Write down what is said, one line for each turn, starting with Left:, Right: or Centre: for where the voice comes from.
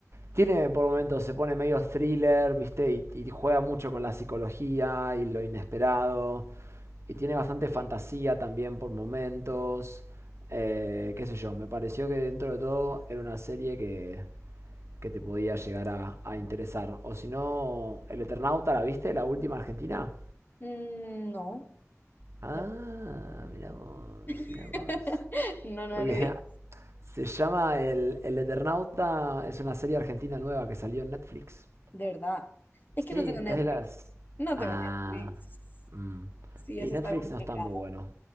Right: Tiene por momentos, se pone medio thriller, ¿viste? Y, y juega mucho con la psicología y lo inesperado. Y tiene bastante
Left: Sí.
Right: fantasía también por momentos. Eh, qué sé yo, me pareció que dentro de todo era una serie que, que te podía llegar a, a interesar. O si no, El Eternauta, ¿la viste? La última argentina.
Left: Mm, no,
Right: Ah,
Left: La-
Right: mirá vos,
Left: <laughs>
Right: mirá vos.
Left: no, no
Right: Porque
Left: le
Right: <laughs>
Left: vi,
Right: se llama El, El Eternauta, es una serie argentina nueva que salió en Netflix.
Left: de verdad. Es
Right: Sí,
Left: que no tengo Netflix,
Right: es de las...
Left: no
Right: Ah,
Left: tengo Netflix.
Right: mm.
Left: Sí,
Right: Y
Left: eso
Right: Netflix
Left: está complicado.
Right: no está muy bueno.